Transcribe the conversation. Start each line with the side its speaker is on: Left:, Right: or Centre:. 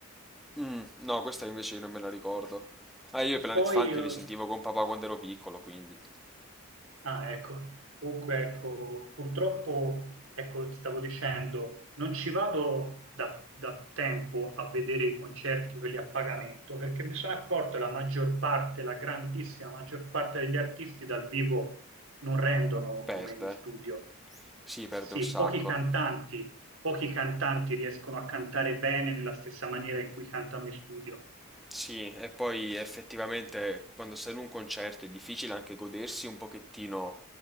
Centre: Mm, no, questa invece non me la ricordo. Ah, io
Right: E
Centre: i Planet
Right: poi
Centre: Funk
Right: eh,
Centre: li sentivo con papà quando ero piccolo, quindi
Right: Ah, ecco, comunque, ecco, purtroppo, ecco, ti stavo dicendo, non ci vado da, da tempo a vedere i concerti, quelli a pagamento, perché mi sono accorto che la maggior parte, la grandissima maggior parte degli artisti dal vivo non rendono
Centre: perde.
Right: come in studio.
Centre: eh. Sì, perde
Right: Eh Sì,
Centre: un sacco.
Right: pochi cantanti, pochi cantanti riescono a cantare bene nella stessa maniera in cui cantano in studio.
Centre: Sì, e poi effettivamente quando sei in un concerto è difficile anche godersi un pochettino